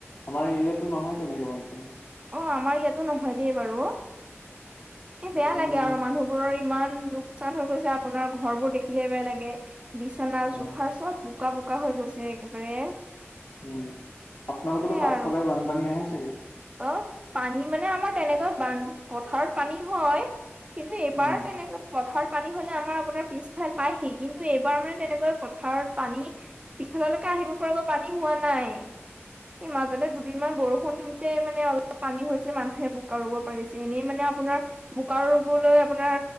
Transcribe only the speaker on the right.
অ', আমাৰ ইয়াতো নহয় দেই বাৰু। এ বেয়া
লাগে আৰু মানুহবোৰৰ ইমান লোকচান হৈ গৈছে, আপোনাৰ ঘৰবোৰ দেখিলে বেয়া লাগে। বিছনা
চোফাৰ চব বোকা, বোকা হৈ গৈছে একেবাৰে।
সেইয়া
আৰু
অ', পানী মানে আমাৰ তেনেকৈ বান, পথাৰত পানী হয় কিন্তু এইবাৰ
তেনেকা পথাৰত পানী হ'লে আমাৰ আপোনাৰ পিছফাল পায়হি, কিন্তু এইবাৰ মানে তেনেকৈ পথাৰত পানী পিছফাললৈকে আহিব পৰাকৈ পানী হোৱা নাই, সেই মাজতে দুদিনমান বৰষুণ দিওঁতে মানে এনে অলপ পানী হৈছে, মানুহে বোকা ৰুব পাৰিছে, এনেই মানে আপোনাৰ বোকা ৰুবলৈ আপোনাৰ